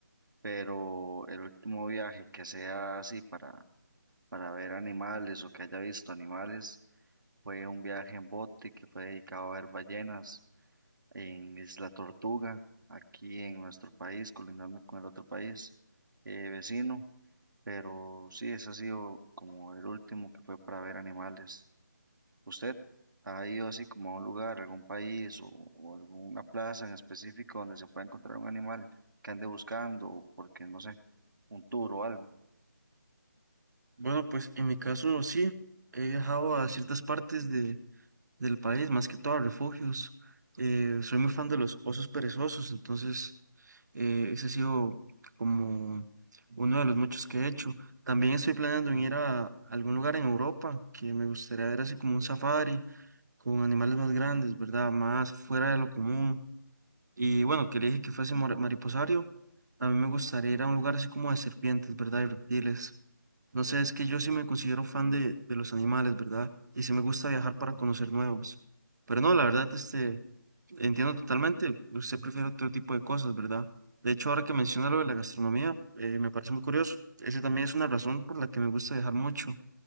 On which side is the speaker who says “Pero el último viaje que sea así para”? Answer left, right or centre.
Right